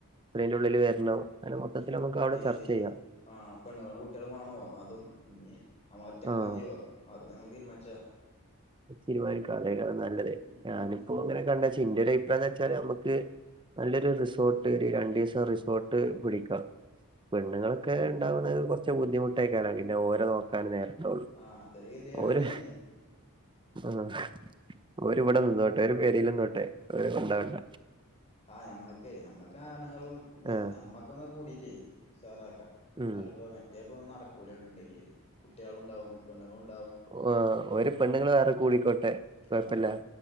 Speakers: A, on the right; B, on the left.
A: ഇതിന്റെ ഉള്ളില് വരണം അങ്ങനെ
B: <unintelligible>
A: മൊത്തത്തിൽ നമുക്ക് അവിടെ ചർച്ച ചെയ്യാം
B: ആഹ പെണ്ണുങ്ങളും കുട്ടിളും വാണോ അതും ഇഞ്ഞി ഞമ്മള് ഒറ്റക്ക്
A: ആഹ്
B: മതിയോ? അത് ഞമ്മക്ക് തീര്മാൻച്ചാ
A: തീരുമാനിക്കാ അതേകാരം നല്ലത്.
B: ഉം ഉം
A: ഞാനിപ്പോ
B: ഉം
A: ഇങ്ങനെ കണ്ടേച്ച് ഇന്റൊരഭിപ്രായം എന്താച്ചാല് നമ്മക്ക് നല്ലൊരു റിസോട്ട് ഒരു രണ്ടീസം റിസോട്ട് പിടിക്ക. പെണ്ണ്ങ്ങളൊക്കെ ഇണ്ടാവുന്നുന്നത് കൊറച്ച് ബുദ്ധിമുട്ടേക്കാരം പിന്നെ ഓലെ നോക്കാന് നേര
B: ആഹ്
A: <inaudible>
B: അതൊരു ഗതികേടെന്നേണ്
A: ഓര്ഹ് ആഹ്, ഓര് ഇവടെ നിന്നോട്ടെ ഓര് പെരിലിന്നോട്ടെ ഓരെ കൊണ്ടോവണ്ട.
B: ആഹ ഞമ്മക്കേ ഞമ്മക്ക് ആണ്ങ്ങളും ത്
A: ആഹ്
B: ഞമ്മ <unintelligible> കൂടീട്ടെ ഉസാറാക്ക.
A: ഉം
B: ന്നാലലെപ്പോ മറ്റേപ്പൊ നടക്കൂല ഓലിണ്ടെങ്കിലേ കുട്ട്യാളുണ്ടാവും, പെണ്ണുങ്ങളുണ്ടാവും.
A: ഓ ഓര് പെണ്ണ്ങ്ങള് വേറെ കൂടിക്കോട്ടെ? കുഴപ്പല്ല
B: ആ ഓര്